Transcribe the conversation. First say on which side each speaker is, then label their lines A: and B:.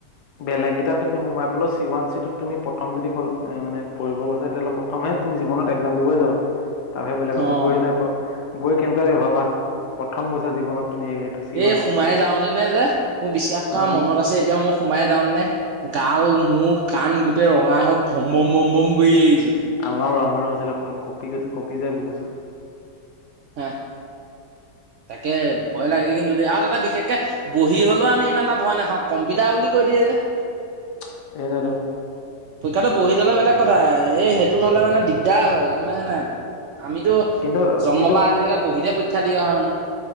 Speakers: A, on the left; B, on the right.
A: বেলেগ গিতাত তুমি সোমাবলেও চি ৱান চিটোত তুমি প্ৰথম যদি কল মানে পঢ়িব গৈছা তেতিলে প্ৰথমে তুমি জীৱনত একজাম দিবই যাবা। তাৰবাহিৰে বেলেগতো
B: অ'।
A: গৈয়ে নাই পোৱা। গৈ কেনেকুৱা লাগে ভাবা, প্ৰথম গৈছা জীৱনত। তুমি সেইটো চি ওৱান
B: এই
A: চি
B: সোমাই
A: টোলে
B: যাওতেনে যে মোৰ বিশ্বাস কৰা
A: অ
B: মনত আছে এতিয়াও মই সোমাই যাম নে গাল, মুখ, কাণ গোটেই ৰঙা হৈ ভমভম ভম ভম কৰি আহিছে।
A: আমাৰো আমাৰো। ধৰিল প্ৰথম কঁপি গৈছে, কঁপি যাই বুকু চুকু।
B: হে, তাকে ভয় লাগে কিন্তু দে আৰু তাতে বিশেষকে বহি হলেও আমি ইমান এটা ভয় নাখাওঁ কম্পিউটাৰ বুলি কৈ দিয়ে যে।
A: সেইতোৱে টো।
B: পৰীক্ষাটো বহি হলে বেলেগ কথা, এই সেইটোত হ'লে মানে দিগদাৰ হয়। মই <unintelligible> আমিতো
A: কিন্তু
B: জন্ম
A: কিন্তু
B: পৰা আজিলৈকে বহিতে পৰীক্ষা দি অহা মানুহ।